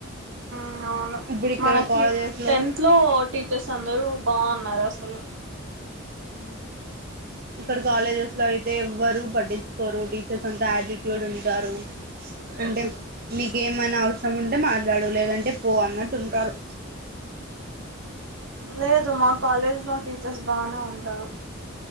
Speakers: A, on the right; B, on the right.
A: ఆ అవును
B: ఇప్పుడు ఇక్కడ
A: మనకి
B: కాలేజెస్లో
A: టెన్త్ లో టీచర్స్ అందరూ బాగున్నారు అసలు
B: ఉమ్ ఉ ఇక్కడ కాలేజెస్ లో అయితే ఎవరు పట్టించుకోరు టీచర్స్ అంత యాటిట్యూడ్ ఉంటారు అంటే నీకేమన్నా అవసరం ఉంటే మాట్లాడు లేదంటే పో అన్నట్టు ఉంటారు
A: లేదు మా కాలేజ్లో టీచర్స్ బానే ఉంటారు